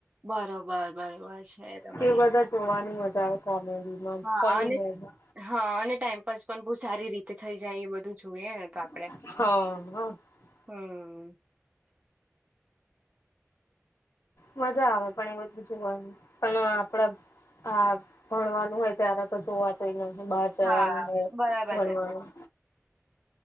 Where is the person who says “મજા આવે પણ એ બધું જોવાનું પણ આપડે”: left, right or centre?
Left